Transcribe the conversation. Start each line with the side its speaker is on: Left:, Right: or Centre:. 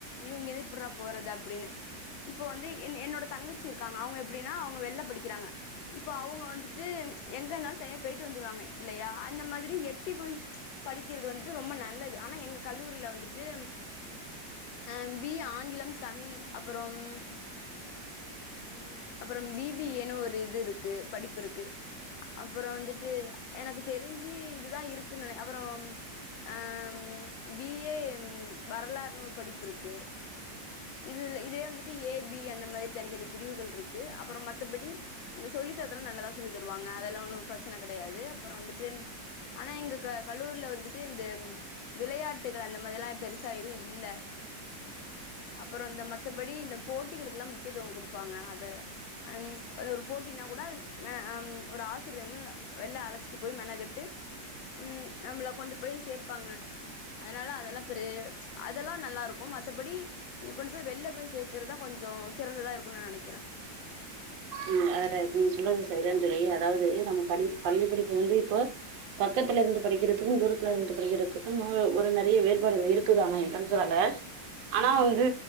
Left: இவங்கிது எப்புட்றா போறது அப்டின்னு இப்போ வந்து என் என்னோட தங்கச்சி இருக்காங்க அவ்ங்க எப்டினா அவ்ங்க வெள்ல படிக்கிறாங்க இப்ப அவ்ங்க வந்து து எங்க இருந்தாலு தனியா போயிட்டு வந்துருவாங்க இல்லையா அந்த மாதிரி எட்டி போய் படிக்கிறது வந்துட்டு ரொம்ப நல்லது ஆனா எங்க கல்லூரில வந்துட்டு ஆ பி ஏ ஆங்கிலம் தமிழ் அப்பறம் ஹம் அப்பற பி பி ஏ ன்னு ஒரு இது இருக்கு படிப்பு இருக்கு அப்பற வந்துட்டு எனக்கு தெரிஞ்சு இதுதா இருக்குன் நென அப்பறம் ஆம் பி ஏ வரலாறு ன்னு ஒரு படிப்பு இருக்கு இதுல இதுலே வந்துட்டு ஏ பி அந்த மாரி தனித்தனி பிரிவுகள் இருக்கு அப்பற மத்தபடி இந்த சொல்லித்தரத்துலா நல்லாதா சொல்லி தருவாங்க அதெல்லா ஒன்னு பிரச்சன கெடையாது அப்பற வந்துட்டு ஆனா எங்க க கல்லூரில வந்துட்டு இந்த விளையாட்டுகள் அந்த மாதிரிலா பெருசா எதுவு இல்ல அப்பறோ இந்த மத்தபடி இந்த போட்டிகளுக்குலா முக்கியத்துவ குடுப்பாங்க அதல அன் அது ஒரு போட்டினா கூட மே அம் ஒரு ஆசிரியர் வந்து வெள்ல அழைச்சிட்டு போய் மெனக்கட்டு ம் நம்பள கொண்டு போய் சேப்பாங்க அதனால அதெல்லா பெரு அதெல்லா நல்லா இருக்கு மத்தபடி நீங்க கொண்டு போய் வெள்ல போய் சேக்குறது தா கொஞ்ச சிறந்ததா இருக்குனு நா நெனக்கிறே
Right: ம் அ ற நீங்க சொல்றது செரி தா தோழி அதாவது நம்ம படிப் பள்ளி படிப்பு வந்து இப்போ பக்கத்துலருந்து படிக்கிறதுக்கு தூரத்துலருந்து படிக்கிறதுக்கு அ ஒரு நெறைய வேறுபாடுகள் இருக் க்கு தானா இல்லனு சொல்லல ஆனா
Left: ம்
Right: வந்து